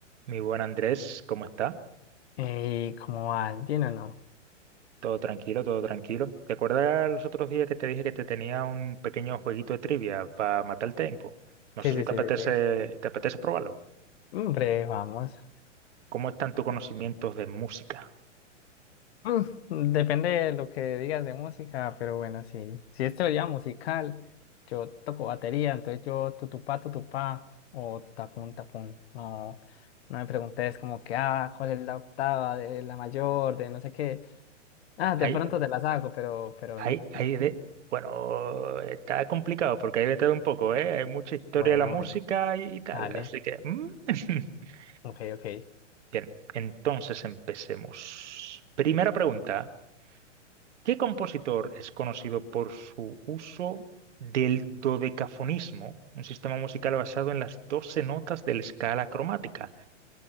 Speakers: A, on the right; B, on the left.
A: Mi buen Andrés, ¿cómo está?
B: Eh, ¿cómo vas? ¿Bien o no?
A: Todo tranquilo, todo tranquilo. ¿Te acuerdas los otros días que te dije que te tenía un pequeño jueguito de trivia para matar el tiempo? No
B: Sí,
A: sé si
B: sí,
A: te
B: sí,
A: apetece,
B: sí, sí.
A: te apetece probarlo.
B: Hombre, vamos.
A: ¿Cómo están tus conocimientos de música?
B: Mm, depende de lo que digas de música, pero bueno, sí. Si es teoría musical, yo toco batería, entonces yo tutupá, tutupá o tapón, tapón. No, no me preguntes como que, ah, ¿cuál es la octava de la mayor, de no sé qué? Ah, de
A: Sí, Ahí,
B: pronto te las hago, pero, pero
A: ahí,
B: no.
A: ahí de... Bueno, está complicado porque hay de todo un poco, ¿eh? Hay mucha historia
B: Bueno,
A: de la música
B: bueno,
A: y, y tal,
B: dale.
A: así que... mm. <laughs>
B: Ok, ok.
A: Bien, entonces empecemos. Primera pregunta. ¿Qué compositor es conocido por su uso del dodecafonismo, un sistema musical basado en las 12 notas de la escala cromática?